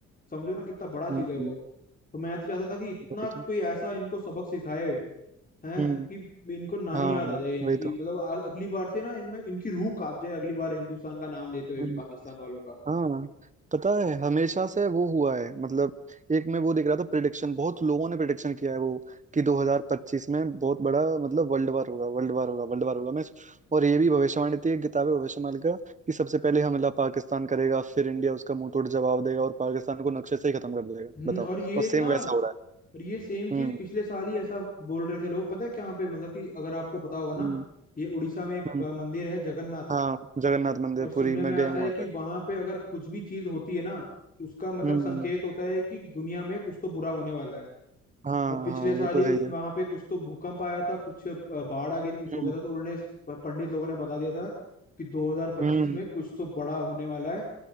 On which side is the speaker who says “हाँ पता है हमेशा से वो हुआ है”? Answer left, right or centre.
Right